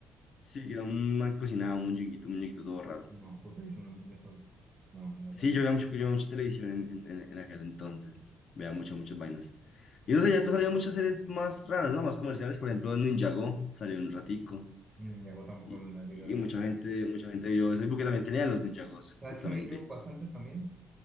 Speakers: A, on the left; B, on the right.
A: Sí, que era un man que cocinaba, un muñequito, un muñequito todo raro.
B: No, tú te dices un montón de cosas. No, no,
A: Sí,
B: no.
A: yo veía mucho, yo veía mucha televisión en, en, en- en aquel entonces, veía muchas, muchas vainas. Y no sé, ya después salió muchas series más raras, ¿no? Más comerciales, por ejemplo, Ninjago salió un ratico
B: Ni me hago tampoco,
A: y,
B: no la llegué
A: y
B: a ver.
A: mucha gente, mucha gente vio eso, y porque también tenían los Ninjagos,
B: ¿Sabes
A: justamente.
B: que me vi yo bastante también?